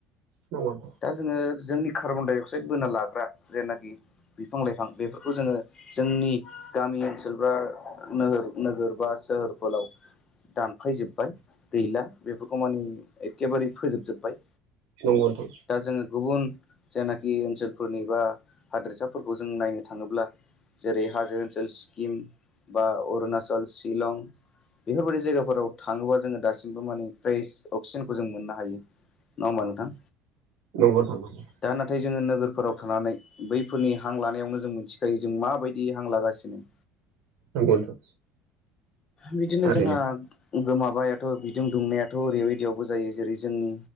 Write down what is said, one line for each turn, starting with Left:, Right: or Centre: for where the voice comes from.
Right: नंगौ
Left: दा जोङो जोंनि कार्बन डाइ अक्साइद बोना लाग्रा जेनाखि बिफां लाइफां बेफोरखौ जोङो जोंनि गामि ओनसोल बा नोगोर नोगोर बा सोहोरफोराव दानफायजोब्बाय गैला बेफोरखौ मानि एखेबारे फोजोबजोब्बाय।
Right: नंग' नोंथां
Left: दा जोङो गुबुन जायनाखि ओनसोलफोरनि बा हादोरसा फोरखौ जों नायनो थाङोब्ला जेरै हाजो ओनसोल स्किम बा अरुणाचल शिलं बेफोरबायदि जायगाफोराव थाङोबा जोङो दासिमबो माने फ्रेस अक्सिजेनखौ जों मोननो हायो। नङा होनबा नोंथां?
Right: नंगौ नोंथां औ
Left: दा नाथाय जोङो नोगोरफोराव थानानै बै फोरनि हां लानायावनो जों मोनथिखायो जों माबायदि हां लागासिनो
Right: नोंगौ नोंथां
Left: बिदिनो
Right: थारैनो
Left: जोंहा गो माबायाथ' बिदुं दुंनायाथ' ओरैबायदियावबो जायो जेरै जोंनि